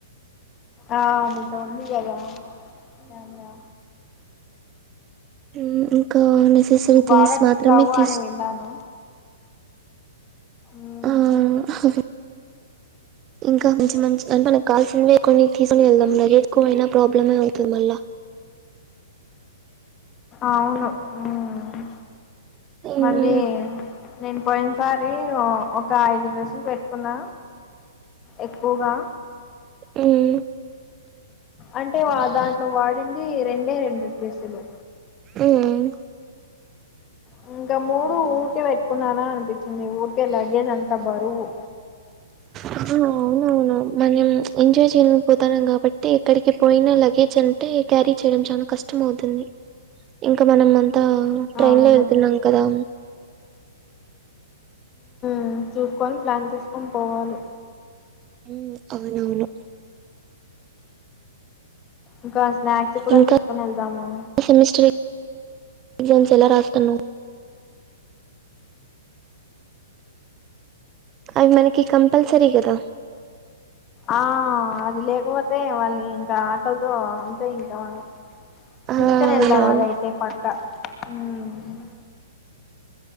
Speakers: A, on the left; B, on the right.
A: ఆ నీతో ఉంది కదా కెమెరా
B: హ్మ్ ఇంకా నెసెసరీ
A: నువ్వు
B: థింగ్స్
A: బాగా తీస్తావు
B: మాత్రమే తీసుకో
A: అని విన్నాను మ్మ్
B: ఆ హహ ఇంకా మంచి మంచి అంటే మనకు కావాల్సినవే కొని తీసుకని వెళ్దాంలే ఎ క్కువైనా ప్రాబ్లమే అవుతుంది మళ్ళా
A: అవును ఉమ్
B: మ్మ్
A: మళ్ళీ నేను పోయిన్ సార్ రి ఓ ఒక ఐదు డ్రెస్సులు పెట్టుకున్న ఎక్కుగా
B: ఉమ్
A: అంటే వా దాంట్లో వాడింది రెండే రెండు డ్రెస్సులు
B: ఉమ్
A: అ ఇంకా మూడు ఊరికే పెట్టుకున్నాన అనిపిచ్చింది ఊరికే లగేజ్ అంతా బరువు
B: ఆ అవునవును మనేం ఎంజాయ్ చేయలేక పోతాన్నాం కాబట్టి ఎక్కడికి పోయినా లగేజ్ అన్ టే క్యారీ చేయడం చాలా కష్టం అవుతుంది ఇంకా మనం మన్ త ట్రైన్
A: అవును
B: లో ఎళ్తున్నాం కదా
A: ఉమ్ చూసుకొని ప్లాన్ చేసుకొని పోవాలే
B: ఉమ్ అవునవును
A: ఇంకా స్నాక్స్ కూడా
B: ఇంకా
A: తీసుకుని ఎళ్దాము
B: సెమిస్టర్ ఎగ్జామ్స్ ఎలా రాస్తున్నవ్? అవి మనకి కంపల్సరీ గదా
A: ఆ అది లేకపోతే వాళ్ళు ఇంకా ఆకల్తో అంతే ఇంకా మనం
B: ఆ
A: తీసుకొని
B: అవునవును
A: ఎళ్దాం అదయితే పక్క ఉమ్